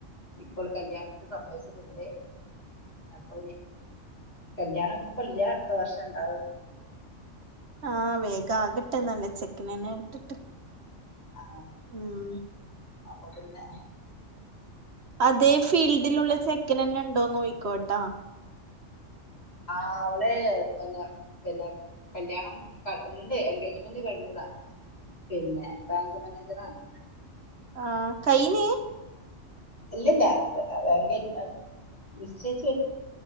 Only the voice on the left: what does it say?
ഇപ്പോൾ കല്യാണത്തിന് സമ്മയ്ച്ചിട്ടുണ്ട് അപ്പൊ ഇനി കല്യാണപ്പല്ല അടുത്ത വർഷം ഇണ്ടാവൂ
ആ
അപ്പൊ പിന്നെ
ആ അവളെ പിന്നെ പിന്നെ കല്യാണംണ്ട് എൻഗേജ്മെന്റ് കഴിഞ്ഞതാ പിന്നെ ബാങ്ക് മാനേജർ ആണ്
ഇല്ലില്ല എൻഗേജ് നിശ്ചയിച്ച് വെ